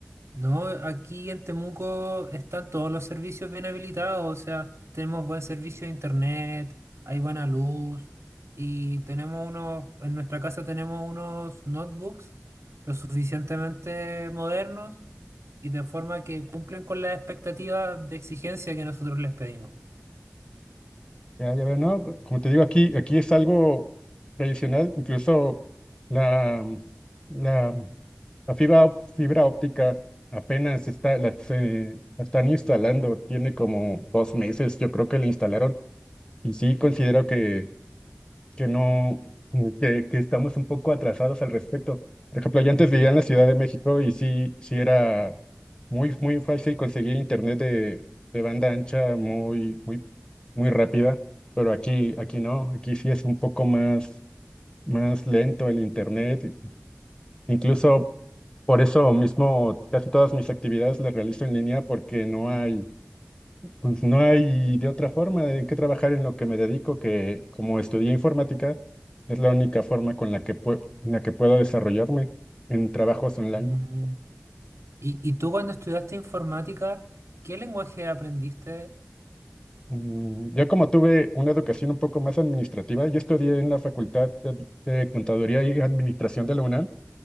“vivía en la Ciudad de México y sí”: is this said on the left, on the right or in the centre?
Left